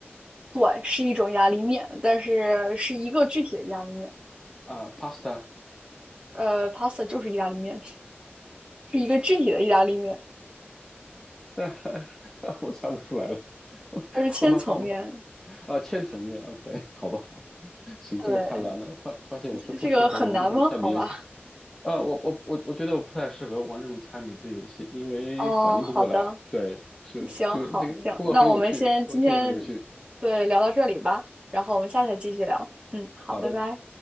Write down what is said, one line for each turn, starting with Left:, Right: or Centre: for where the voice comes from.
Right: 对，是一种意大利面，但是是一个具体的意大利面。
Centre: 啊，pasta。
Right: 呃，pasta 就是意大利面，是一个具体的意大利面，
Centre: <laughs> 我猜不出来了，<laughs>
Right: 它是千层面。
Centre: 我把放围啊，千层面，OK，<laughs> 好吧，<laughs> 行，
Right: 对，
Centre: 这个太难了，发发现我是不适合玩这种猜谜游戏。
Right: 这个很难吗？好吧。
Centre: 啊，我我我我觉得我不太适合玩这种猜谜的游戏，因为反应不过来。
Right: 哦，好的，
Centre: 对，是这个这个，
Right: 行，好，行，
Centre: 不过很有趣，
Right: 那我们先今天
Centre: 我确实很有趣。
Right: 对聊到这里吧，然后我们下次再继续聊。嗯，好，
Centre: 好的。
Right: 拜拜。